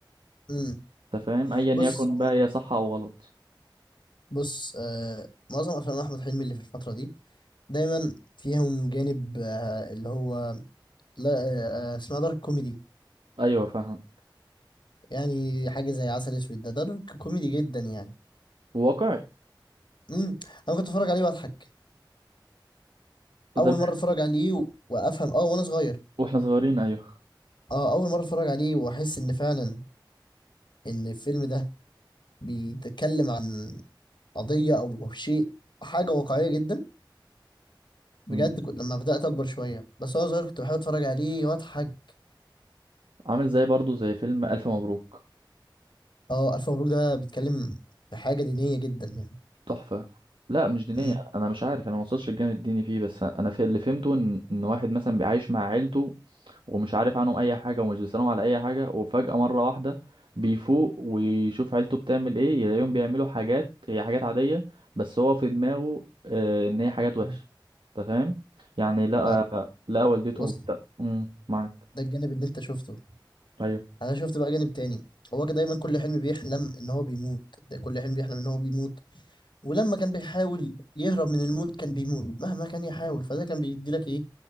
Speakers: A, on the left; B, on the right.
A: امم
B: انت فاهم ايا
A: بص
B: يكن بقى هي صح او غلط
A: بص آه معظم افلام احمد حلمي اللي في الفتره دي دايما فيهم جانب آه اللي هو لا آه آه، اسمها دارك كوميدي
B: ايوه فاهم
A: يعني حاجه زي عسل اسود ده دارك كوميدي جدا يعني
B: واقعي
A: امم انا كنت اتفرج عليه واضحك اول
B: زمان
A: مره اتفرج عليه و- وافهم اه وانا صغير
B: واحنا صغيرين ايوه
A: اه اول مره اتفرج عليه واحس ان فعلا ان الفيلم ده بيتكلم عن قضيه او أو شيء حاجه واقعيه جدا بجد
B: مم.
A: كنت لما بدات اكبر شويه بس وانا صغير كنت بحب اتفرج عليه واضحك
B: عامل زي برضو زي فيلم الف مبروك
A: اه الف مبروك ده بيتكلم في حاجه دينيه جدا يعني
B: تحفة لا مش دينية
A: مم.
B: انا مش عارف انا ما وصلتش الجانب الديني فيه بس انا في اللي فهمته ان ان واحد مثلا بيعيش مع عيلته ومش عارف عنهم اي حاجه ومش بيسالهم على اي حاجه وفجاه مره واحده بيفوق ويشوف عيلته بتعمل ايه يلاقيهم بيعملوا حاجات هي حاجات عاديه بس هو في دماغه آه، ان هي حاجات وحشه
A: مم.
B: انت فاهم يعني لقى
A: لا
B: لقى والدته
A: بص
B: بتا... امم معاك
A: ده الجانب اللي انت شفته
B: ايوه
A: انا شفت بقى جانب تاني هو كان دايما كل حلم بيحلم ان هو بيموت ده كل حلم بيحلم ان هو بيموت ولما كان بيحاول يهرب من الموت كان بيموت مهما كان يحاول فده كان بيدي لك ايه